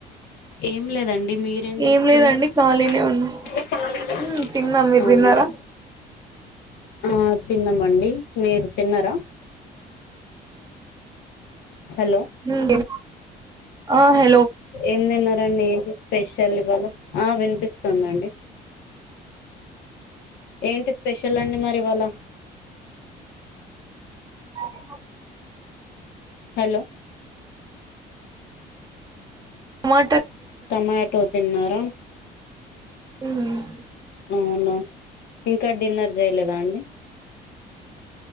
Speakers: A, on the left (about 75°); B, on the right (about 25°).
A: ఏం లేదం మీరేంచేస్తుంటారు
B: ఏం లేదండి ఖాళీనే ఉన్నా
A: <unintelligible>
B: ఉమ్ తిన్నా మీరు
A: అవున
B: తిన్నారా
A: <unintelligible> ఆ థిన్ తిన్నామండి మీర్ తిన్నరా. హలో
B: ఉండే హా హె
A: ఎం తిన్నారండి ఏం చేస్ పేషల్ ఇవాళ ఆ వినిపిస్తుందండి ఏంటి స్పెషల్ అండి మరి ఇవాళ.
B: అ <inaudible>
A: హలొ
B: మా
A: టమాటో తిన్నారా.
B: ఉమ్మ్
A: అవున ఇంకా డిన్నర్ జెయలేదా అండి.